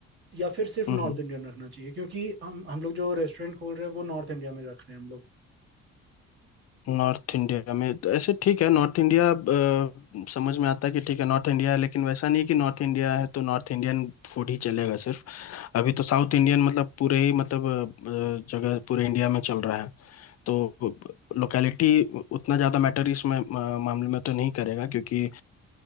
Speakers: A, on the right; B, on the left.
A: या फिर सिर्फ
B: हम्म
A: नॉर्थ
B: हम्म,
A: इंडियन रखना चाहिए क्योंकि हम हम लोग जो रेस्टोरेंट खोल रहे हैं वो नॉर्थ इंडिया में रख रहे हैं हम लोग
B: नॉर्थ इंडिया में तो ऐसे ठीक है नॉर्थ इंडिया अ, समझ में आता है कि ठीक है नॉर्थ इंडिया है लेकिन वैसा नहीं है कि नॉर्थ इंडिया है तो नॉर्थ इंडियन फूड ही चलेगा सिर्फ अभी तो साउथ इंडियन मतलब पूरे ही मतलब अ, अ, जगह पूरे इंडिया में चल रहा है तो लोकेलिटी उतना ज़्यादा मैटर इस मा- मा- मामले में तो नहीं करेगा क्योंकि